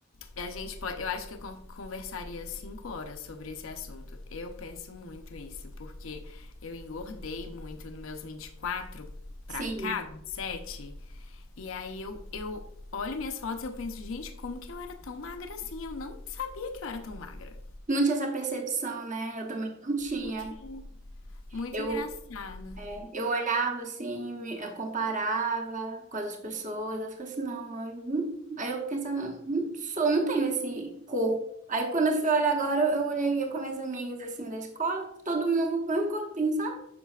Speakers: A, on the left; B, on the right.
A: A gente pode, eu acho que eu conversaria cinco horas sobre esse assunto. Eu penso muito isso, porque eu engordei muito nos meus 24 pra
B: Sim.
A: cá, 27. E sete, e aí eu, eu olho minhas fotos e eu penso, gente, como que eu era tão magra assim? Eu não sabia que eu era tão magra.
B: Não tinha essa percepção, né? Eu também não tinha.
A: Não tinha. Muito
B: Eu
A: engraçado.
B: É, eu olhava assim, me- eu comparava com as outras pessoas, eu ficava assim, não, eu não- aí eu pensava, não sou, não tenho esse corpo. Aí quando eu fui olhar agora, eu eu olhei com as minhas amigas assim da escola, todo mundo com o mesmo corpinho, sabe?